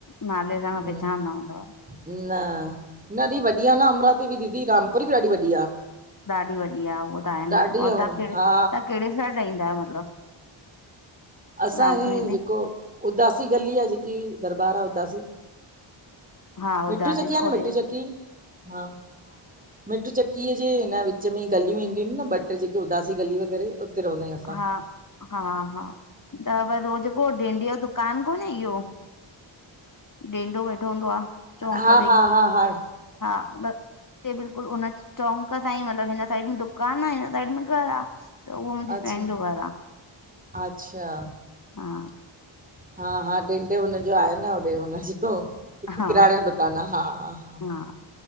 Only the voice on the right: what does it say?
हा
न न एॾी वढिया न अमरावती। बि दीदी रामपुरी बि ॾाढी वॾी आहे
ॾाढी
हा
असां
ह
जेको उदासी गली आहे जेकी दरबारु आहे उदासी।
मिठू चक्की आहे
न मिठू चक्की हा मिठु चक्कीअ जे हिन विच में ई गलियूं ईंदियूं आहिनि न ॿ टे जेके उदासी गली वग़ैरह उते रहंदा आहियूं असां।
हा
हा हा हा
अच्छा
अच्छा
हा हा डेंडो हुनजो आहे न होॾे हुनज हिकु
किराने जो दुकानु आहे हा हा हा